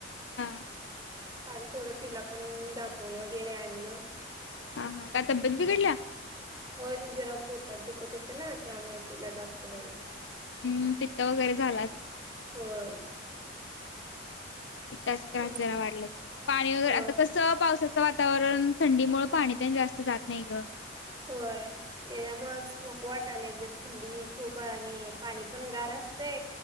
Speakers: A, on the left; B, on the right.
A: हा
B: काल थोडं तिला पण दाखवून वगैरे आणलं
A: हा हा काय तब्येत बिघडल्या
B: हो ते जरा पोटात दुखत होतं ना त्यामुळे तिला दाखवून आण
A: हम् पित्त वगैरे झाला अस
B: होय
A: पताचे त्रास
B: मम्मी
A: जरा वाढले पाणी वगैर
B: होय
A: आता कस पावसाचं वातावरण थंडीमुळेळ पाणी तेन जास्त जात नाही ग
B: होय त्याच्यामुंळच नको वाटालय ग थंडी खूप आणि पाणी पण गार असते